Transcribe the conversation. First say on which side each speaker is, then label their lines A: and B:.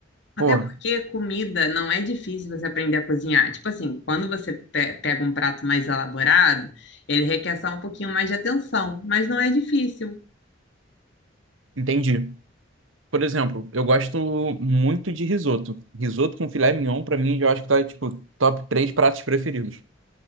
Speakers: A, on the left; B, on the right.
A: Até
B: Pô,
A: porque comida não é difícil você aprender a cozinhar. Tipo assim, quando você pe- pega um prato mais elaborado, ele requer só um pouquinho mais de atenção, mas não é difícil.
B: entendi. Por exemplo, eu gosto muito de risoto. Risoto com filé mignon, pra mim, eu acho que tá, tipo, top três pratos preferidos.